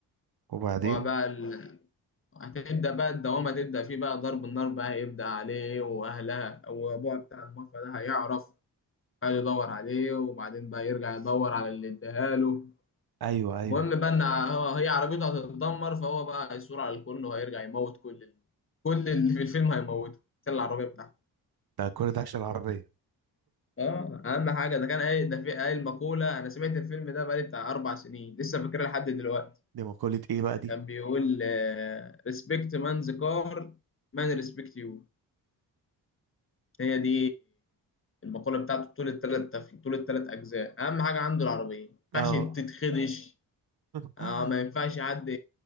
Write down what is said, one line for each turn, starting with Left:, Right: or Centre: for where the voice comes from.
Right: وبعدين
Left: هو بقى ال... هتبدأ بقى الدوامة تبدأ فيه بقى ضرب النار بقى هيبدأ عليه وأهلها وأبوها بتاع المافيا ده هيعرف هيدور عليه وبعدين بقى يرجع يدور على اللي اداها له
Right: ايوه ايوه
Left: المهم بقى ان هو هي عربيته هتتدمر فهو بقى هيثور على الكل وهيرجع يموت كل ال... كل اللي في الفيلم هيموته عشان العربيه بتاعته
Right: ده كل ده عشان العربيه
Left: اه اهم حاجه ده كان قايل ده في قايل مقوله انا سمعت الفيلم ده بقالي بتاع اربع سنين لسه فاكرها لحد دلوقتي
Right: دي مقوله ايه بقى دي
Left: كان بيقول ريسبكت مان ذا كار مان ريسبكت يو هي دي المقوله بتاعته طول الثلاث طول الثلاث اجزاء اهم حاجه عنده العربيه ما
Right: اه
Left: ينفعش تتخدش
Right: <laughs>
Left: اه ما ينفعش حد